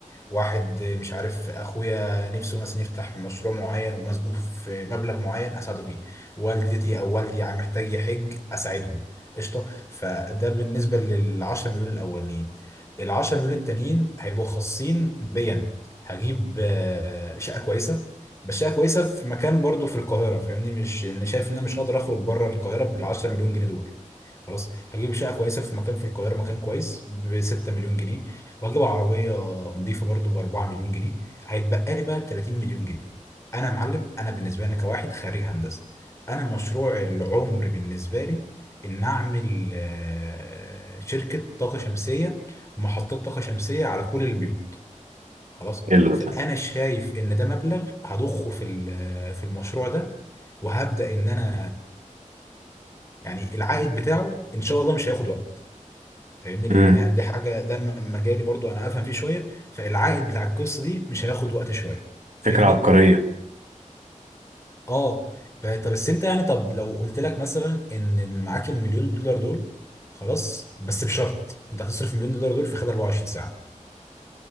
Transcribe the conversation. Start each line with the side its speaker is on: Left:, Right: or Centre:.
Left: واحد مش عارف اخويا نفسه مثلا يفتح مشروع معين ومزنوق في مبلغ معين اساعده فيه والدتي او والدي عم محتاج يحج اساعدهم قشطة فده بالنسبة للعشرة مليون الاولين العشرة مليون التانيين هيبقوا خاصين بيا هجيب آه، شقة كويسة بس هي كويسه في مكان برضو في القاهره فاهمني مش يعني انا شايف ان انا مش هقدر اخرج بره القاهره بال 10 مليون جنيه دول خلاص هجيب شقه كويسه في مكان في القاهره مكان كويس ب 6 مليون جنيه وهجيب عربيه نظيفه برضو ب 4 مليون جنيه هيتبقى لي بقى 30 مليون جنيه انا يا معلم انا بالنسبه لي أنا كواحد خريج هندسه انا مشروع العمر بالنسبه لي ان اعمل آه، شركه طاقه شمسيه محطات طاقه شمسيه على كل البيوت خلاص
Right: حلو
Left: فانا
Right: ده
Left: شايف ان ده مبلغ هضخه في ال- في المشروع ده وهبدا ان انا يعني العائد بتاعه ان شاء الله مش هياخد وقت فاهمني لان
Right: امم
Left: يعني دي حاجه ده م- مجالي برضو انا افهم فيه شويه فالعائد بتاع القصه دي مش هياخد وقت شويه فاهمني
Right: فكرة عبقرية
Left: اه ب- طب بس انت يعني طب لو قلت لك مثلا ان معاك المليون دولار دول خلاص بس بشرط انت هتصرف مليون دولار دول في خلال 24 ساعه